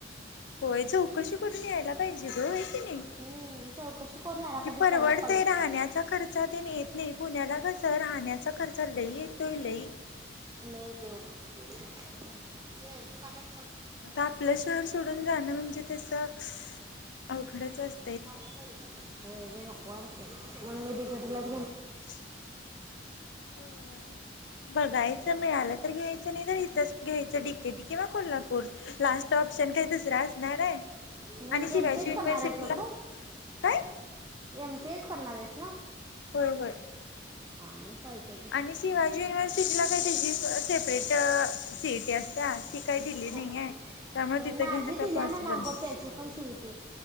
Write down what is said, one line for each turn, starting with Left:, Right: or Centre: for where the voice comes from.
Left: होय चौकशी करून यायला पाहिजे गं बई तिनी
Right: हम्म चौकशी करून यायला पाहिजे
Left: <unintelligible> परवडतय
Right: सगळ्या कॉलेजची
Left: राहण्याचा खर्चातेन येत नई पुण्याला कस राहण्याचा खर्चा लई येतोय लई
Right: लई येतोय होय, <unintelligible> उम हम्म, खाणार?
Left: आता आपलं शहर सोडून जाणं म्हणजे तस स अवघडच अस
Right: <unintelligible> होय बई नको वाटतय. म्हणू मी डी के टी लाच
Left: <unintelligible> होय बघायचं मिळालं तर घ्यायचं नई तर इथंच घ्यायचं, डी के टी किंवा कोल्हापूर लास्ट ऑप्शन काय दुसरा असणार आय
Right: बे.
Left: आणि शिवाजी
Right: एम सी एस
Left: युनिव्हर्सिटीला
Right: करणार <unintelligible>
Left: काय
Right: एम सी ए च करणार येस ना?
Left: होय व्हय.
Right: हा मग चालतंय घे
Left: आणि Shivaji university C E T ला काय तेजी अ सेपरेट अ सि ई टी असत्या. ती काही दिली नाही
Right: हो
Left: आहे त्यामुळे तिथं
Right: अ नाझी
Left: घेणं काही
Right: दिल्या
Left: पॉसिबल
Right: म्हण आगं
Left: नाही
Right: तेची पण सि ई टी,